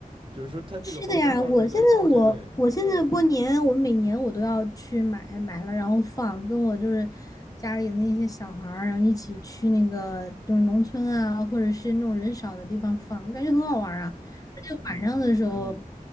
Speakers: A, on the right; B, on the left.
A: 就是说，它这个放鞭炮这个，
B: 是的呀，我现在我我现在过年，
A: 对，
B: 我每年我都要去买买了，然后放，跟我就是家里的那些小孩儿，然后一起去那个就是农村啊，或者是那种人少的地方放，我感觉很好玩儿啊。而且晚上的时候，
A: 嗯
B: 嗯